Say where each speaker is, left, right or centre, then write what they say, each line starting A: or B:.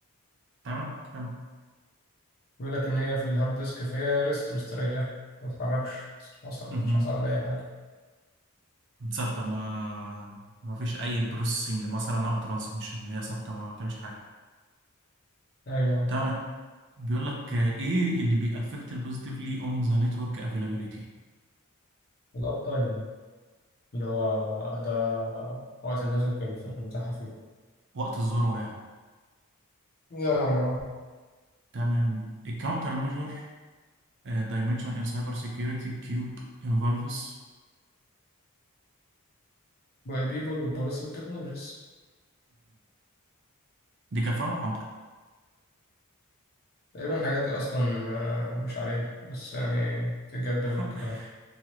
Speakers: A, on the right; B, on the left.
A: تمام كمل
B: بيقول لك ان هي في الهارد ديسك فيها ريست مستريح ما تتحركش مش حصل
A: مهم.
B: مش حصل على اي حاجه
A: ثابتة ما ما فيش أي بروسيسنج مثلا أو ترانسميشن هي ثابتة ما بتعملش حاجة
B: ايوه
A: تمام بيقول لك آه، ايه اللي بيأفكت البوزيتيفلي اون ذا نتورك افيلابيليتي
B: الأب تايم اللي هو ده وقت الناس كان متاحة فيه
A: وقت الذروه يعني
B: يعني اه
A: تمام الكاونتر ميجر دايمنشن ان سايبر سيكيورتي كيوب انفولفس
B: بيبول وبوليسي وتكنولوجيز
A: دي كفانه محاضره
B: تقريبا الحاجات دي أصلا آه، مش علينا بس يعني تتقبل
A: <laughs>
B: كده